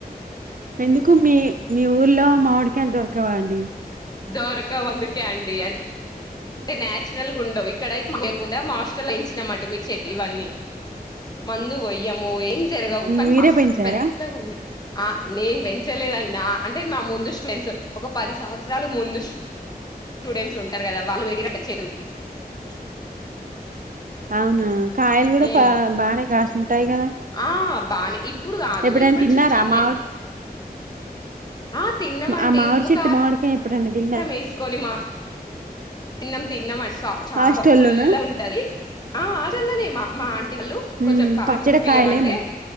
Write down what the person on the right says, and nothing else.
ఎందుకు మీ మీ ఊర్లో మామిడికాయళ దొరకవా అండి
మీరే
పెంచారా
అవునా కాయలు కూడా
బాగానే కస్తుఉంటాయి కదా
ఎప్పుడైనా
తిన్నారా
ఆ మామిడి
ఆ మామిడి
చెట్టు
మామిడికాయ ఎప్పుడైనా తిన్నారా
హాస్టల్లోనా
ఉమ్,
పచ్చడి
కాయలేమో